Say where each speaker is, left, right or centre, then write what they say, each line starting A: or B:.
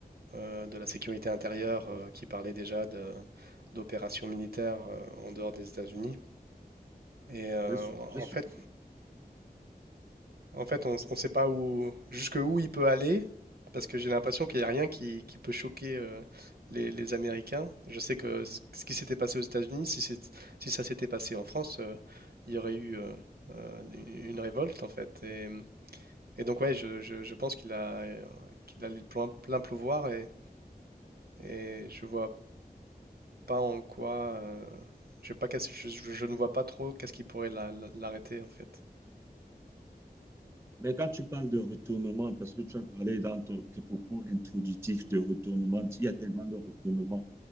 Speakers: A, on the right (about 75°); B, on the right (about 15°).
A: euh, de la sécurité intérieure euh, qui parlaient déjà de- d'opérations militaires euh, en dehors des États-Unis. Et euh,
B: Je suis-
A: en
B: je suis
A: en fait,
B: sûr.
A: En fait, on ne sait pas où, jusque où il peut aller, parce que j'ai l'impression qu'il n'y a rien qui, qui peut choquer euh, les, les Américains. Je sais que ce ce qui s'était passé aux États-Unis, si, c'est- si ça s'était passé en France, euh, il y aurait eu euh, euh, une révolte, en fait. Et, et donc, ouais, je, je- je pense qu'il a, euh, qu'il a le plein, plein pouvoir et, et je vois pas en quoi. euh, je sais pas qu'est-ce- je, je- je ne vois pas trop qu'est-ce qui pourrait la- la- l'arrêter, en fait.
B: Mais quand tu parles de retournement, parce que tu as parlé dans ton- tes propos introductifs de retournement, il y a tellement de retournements